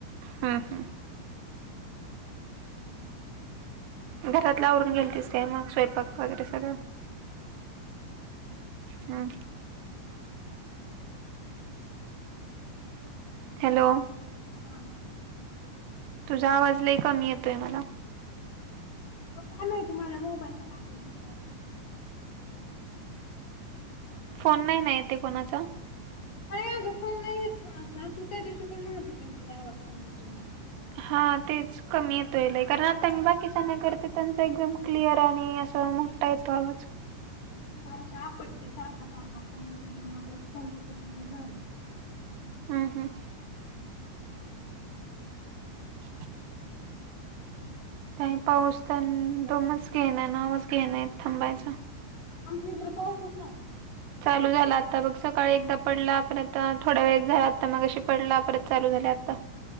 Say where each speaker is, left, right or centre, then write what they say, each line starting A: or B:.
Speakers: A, on the right; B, on the left.
A: हा हा.
B: <inaudible>
A: घरातल आवरून गेलतीस काय मग स्वयंपाक वगैरे सगळं. हम्म. हॅलो?
B: हा.
A: तुझा आवाज लई कमी येतोय मला.
B: काय माहिती तुम्हाला मोबाईलचा काय तरी इश असेल.
A: फोन नाही ना येतोय कोणाचा?
B: का अगं फोन नाही येत कोणाचा, तू त्या दिवशी पण म्हहत होते तुझा आवाज पण येती म्हणून.
A: हा तेच. कमी येतोय लई, कारण आता मी बाकीच्याना करते, त्यांचा एकदम क्लिअर आणि अस मोठा येतो आवाज.
B: आमची आपटती सारखा सारखा फोन, त्याच्यामुळे त्या फोनच सगळ हेच झालय.
A: हम्म हम्म
B: <unintelligible>
A: <inaudible> काय पाऊस पण दमच घेईना नावाच घेईना थांबायचां.
B: आमच्या इकडं पाऊसच नाय.
A: चालू झालात आता बघ, सकाळी एकदा पडला, परत थोडया वेळ झाला. आता मगाशी पडला, परत चालू झालाय आता.